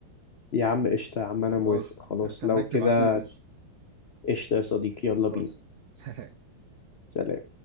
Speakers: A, on the left (about 55°); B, on the right (about 65°).
A: يا عم قشطة يا عم أنا
B: خلاص
A: موافق خلاص
B: هستناك
A: لو كده
B: تبعت لي اللوكيشن
A: قشطة يا صديقي يلا
B: خلاص
A: بينا
B: سلام
A: سلام